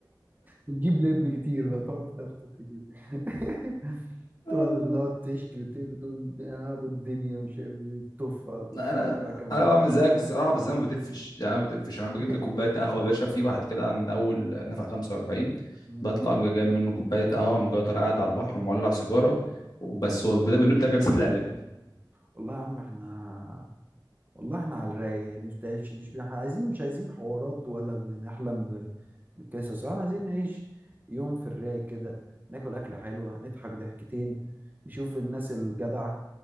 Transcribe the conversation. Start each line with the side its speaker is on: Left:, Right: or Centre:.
Right: بتجيب لب كتير فتقعد تفتف كتير <laughs>
Left: آه،
Right: تقعد اللي هو تشكي وتبكي تقول يا ابو الدنيا مش عارف ايه تف على طول
Left: انا
Right: وارجع كمل
Left: انا بعمل زيك الصراحه بس انا ما بتفش يعني انا ما بتفش
Right: <laughs>
Left: انا بجيب لي كوبايه قهوه يا باشا في واحد كده عند اول نفق 45
Right: مم.
Left: بطلع أقوم جايب منه كوبايه قهوه أقوم جاي طالع قاعد على البحر ومولع سيجاره وبس هو بد- ونبدا جلسه العلاج
Right: والله يا عم احنا والله احنا على الرايق يعني مش مش مش بنح- عايزين مش عايزين حوارات ولا بنحلم ب- بالقصص احنا عايزين نعيش يوم في الرايق كده ناكل اكله حلوه نضحك ضحكتين نشوف الناس الجدعه